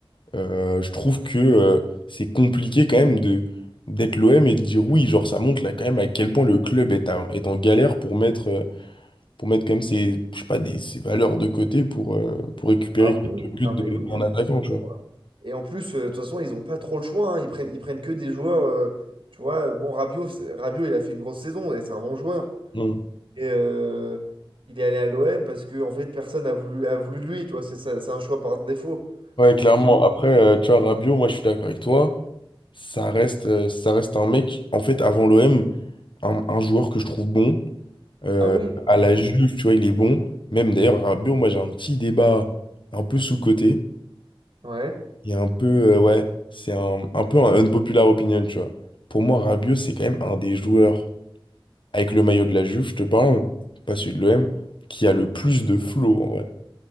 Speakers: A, on the left; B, on the right.
A: Euh, je trouve que euh, c'est compliqué quand même de d'être l'OM et de dire oui, genre ça montre là quand même à quel point le club est, à- est en galère pour mettre euh, pour mettre quand même ses, je sais pas, des, ses valeurs de côté pour, euh, pour récupérer
B: Ah oui,
A: quelques
B: oui.
A: buts
B: Non,
A: de-
B: mais oui.
A: d'un attaquant,
B: là, c'est
A: tu
B: bon,
A: vois.
B: là. Et en plus, euh, de toute façon, ils n'ont pas trop le choix. hein. Ils prennent, ils prennent que des joueurs. euh, tu vois, bon, Rabiot, c'est- Rabiot, il a fait une grosse saison et c'est un bon joueur.
A: Mm.
B: Et, euh, il est allé à l'OM parce que en fait personne a voulu a voulu de lui, tu vois, c'est ça- c'est un choix par défaut.
A: Ouais, clairement.
B: Et puis
A: Après, euh, tu vois, Rabiot, moi je suis d'accord avec toi. Ça reste, euh, ça reste un mec, en fait, avant l'OM, un, un joueur que je trouve bon. Euh,
B: ah oui,
A: à la
B: ah, bonjour.
A: Juve, tu vois, il est bon. Même d'ailleurs, Rabiot, moi j'ai un petit débat un peu sous-coté.
B: Ouais.
A: Il y a un peu, euh, ouais, c'est un, un peu un unpopular opinion, tu vois. Pour moi, Rabiot, c'est quand même un des joueurs, avec le maillot de la Juve, je te parle, pas celui de l'OM, qui a le plus de flow, en vrai.